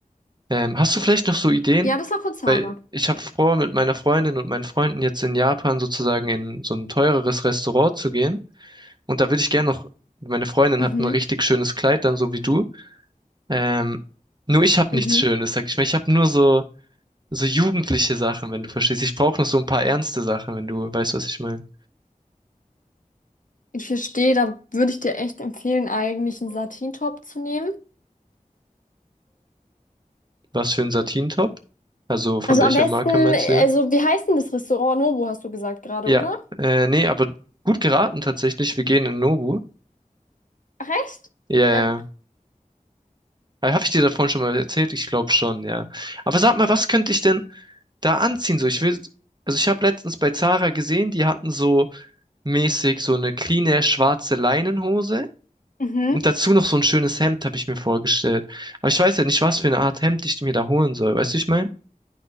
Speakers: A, on the right; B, on the left.
A: Ähm, hast du vielleicht noch so Ideen?
B: Ja, das war von Zara.
A: Weil ich habe vor, mit meiner Freundin und meinen Freunden jetzt in Japan sozusagen in so ein teureres Restaurant zu gehen. Und da würde ich gerne noch, meine Freundin
B: Mhm,
A: hat ein richtig schönes Kleid dann, so wie du. Ähm, nur ich habe
B: mhm.
A: nichts Schönes, sag ich mal. Ich habe nur so so jugendliche Sachen, wenn du verstehst. Ich brauche noch so ein paar ernste Sachen, wenn du weißt, was ich meine.
B: Ich verstehe, da würde ich dir echt empfehlen, eigentlich einen Satin-Top zu nehmen.
A: Was für ein Satin-Top? Also von
B: Also
A: welcher
B: am besten,
A: Marke meinst du jetzt?
B: also wie heißt denn das Restaurant? Nobu hast du gesagt gerade,
A: Ja,
B: oder?
A: äh, nee, aber gut geraten tatsächlich. Wir gehen in Nobu.
B: Ach, echt?
A: Ja,
B: Ähm,
A: ja. Habe ich dir davon schon mal erzählt? Ich glaube schon, ja. Aber sag mal, was könnte ich denn da anziehen? So, ich will, also ich habe letztens bei Zara gesehen, die hatten so mäßig so eine cleane schwarze Leinenhose
B: mhm.
A: und dazu noch so ein schönes Hemd, habe ich mir vorgestellt. Aber ich weiß ja nicht, was für eine Art Hemd ich mir da holen soll. Weißt du, ich meine?